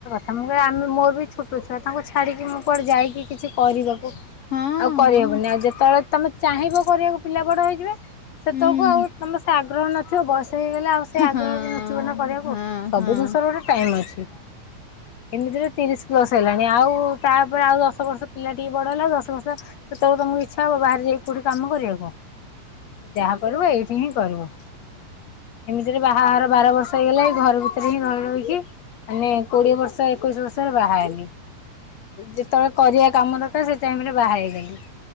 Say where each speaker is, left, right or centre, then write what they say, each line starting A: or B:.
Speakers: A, on the left; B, on the left.
A: ଅମୁକୁ କଇବା ଆମେ ମୋର ବି ଛୋଟ ଛୁଆ ତାଙ୍କୁ ଛା ଛାଡିକି ମୁଁ କୁଆଡେ ଯାଇକି କିଛି କରିବାକୁ
B: ହଁ
A: ଆଉ କରିହବନି
B: ହଁ
A: ଆଉ ଯେତବେଳେ ତମେ ଚାହିଁବ କରିବାକୁ ପିଲା ବଡ ହେଇଯିବେ ସେତବେଳକୁ
B: ହୁଁ
A: ଆଉ ତମ ସେ ଆଗ୍ରହ ନଥିବ ବୟସ ହେଇଗଲେ ଆଉ ସେ ଆଗ୍ରହ
B: ହଁ
A: ବି ନଥିବ ନା କରିବାକୁ
B: ହଁ
A: ସବୁ
B: ହଁ
A: ଜିନିଷର ଗୋଟେ ଟାଇମ ଅଛି। ଏମିତିରେ ତିରିଶ ପ୍ଲସ ହେଲାଣି ଆଉ ତାପରେ ଆଉ ଦଶ ବର୍ଷ ପିଲା ଟିକେ ବଡ ହେଲାଉ ଦଶ ବର୍ଷ ସେତବେଳକୁ ତମକୁ ଇଛା ହବ ବାହାରେ ଯାଇକି କୋଉଠି କାମ କରିବାକୁ? ଯାହା କରିବ ଏଇଠି ହିଁ କରିବ। ଏମିତିରେ ବାହାଘର ବାର ବର୍ଷ ହେଇଗଲାଇ ଏଇ ଘର ଭିତରେ ହିଁ ରହି ରହିକି ମାନେ କୋଡିଏ ବର୍ଷ ଏକୋଇଶି ବର୍ଷରେ ବାହା ହେଲି। ଯେତବେଳେ କରିବା କାମ ଦରକାର ସେଇ ଟାଇମ୍ ରେ ବାହା ହେଇଗଲି।